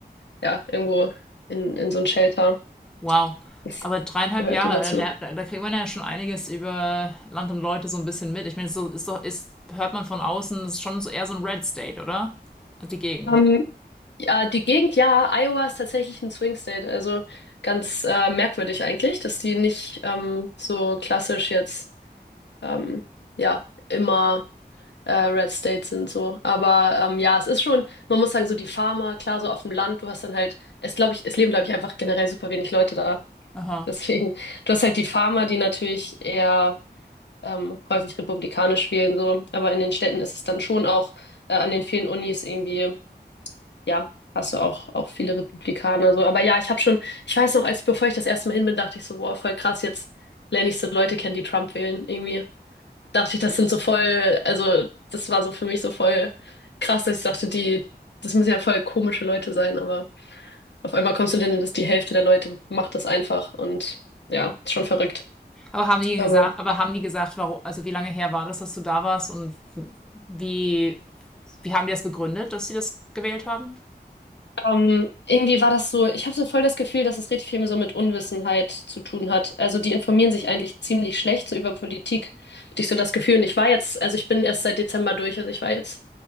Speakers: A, on the left (about 80°); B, in the centre.
A: ja, irgendwo in, in so ein Shelter.
B: wow.
A: Das
B: Aber dreieinhalb
A: gehörte
B: Jahre,
A: dazu.
B: da, lernt- da da kriegt man ja schon einiges über Land und Leute so ein bisschen mit. Ich meine, so ist doch, ist, hört man von außen, das ist schon so eher so ein Red State, oder? Die Gegend.
A: Ähm, Ja, die Gegend, ja, Iowa ist tatsächlich ein Swing State. Also ganz äh, merkwürdig eigentlich, dass die nicht ähm, so klassisch jetzt, ähm, ja, immer äh, Red State sind so. Aber ähm, ja, es ist schon, man muss sagen, so die Farmer, klar, so auf dem Land, du hast dann halt, es glaube ich, es leben, glaube ich, einfach generell super wenig Leute da.
B: Aha.
A: Deswegen, du hast halt die Farmer, die natürlich eher ähm, häufig republikanisch wählen, so. Aber in den Städten ist es dann schon auch äh, an den vielen Unis irgendwie ja, hast du auch, auch viele Republikaner so. Aber ja, ich habe schon, ich weiß noch, als bevor ich das erste Mal hin bin, dachte ich so, boah, voll krass, jetzt lerne ich so Leute kennen, die Trump wählen. Irgendwie dachte ich, das sind so voll, also das war so für mich so voll krass, dass ich dachte, die, das müssen ja voll komische Leute sein, aber auf einmal kommst du denn, dass die Hälfte der Leute macht das einfach und ja, ist schon verrückt.
B: Aber haben die
A: Aber
B: gesagt, aber haben die gesagt, warum, also wie lange her war das, dass du da warst und wie, wie haben die das begründet, dass sie das gewählt haben?
A: Ähm, irgendwie war das so, ich habe so voll das Gefühl, dass es richtig viel so mit Unwissenheit zu tun hat. Also die informieren sich eigentlich ziemlich schlecht so über Politik, hatte ich so das Gefühl. Und ich war jetzt, also ich bin erst seit Dezember durch, also ich war jetzt,